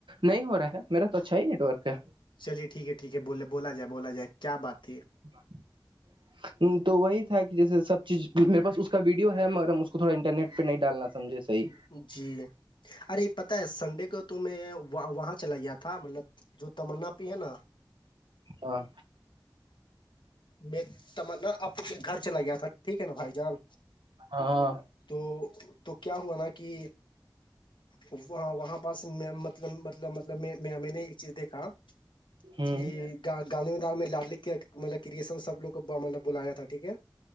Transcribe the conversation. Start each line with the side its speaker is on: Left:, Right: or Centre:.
Right: نہیں ہو رہا ہے میرا تو اچھا ہی نیٹ ورک ہے
Left: چلیے ٹھیک ہے ٹھیک ہے بولے بولا جائے بولا جائے کیا بات تھی
Right: <inaudible> تو وہی تھا کہ جسے سب چیز میرے پا اس کا ویڈیو ہے مگر ہم اس کو تھوڑا انٹرنیٹ پہ نہیں ڈالنا سجھے صح
Left: جی ارے پتہ ہے سنڈے کو تو میں وہاں چلا گیا تھا مطلب جو تمنا پی ہے نا
Right: ہاں
Left: میں تم آپ کے گھر چلا گیا تھا ٹھیک ہے نا بھائی جان
Right: ہاں
Left: تو تو کیا ہوا نا کہ وہ وہاں پاس مطلب مطلب میں نے ایک چیز دیکھا
Right: ہوں
Left: کہ گانانے میں دار میں لاڈ لکھ کے مطلب کر سن سب لوگ کو مطلب بلایا تھا ٹھیک ہے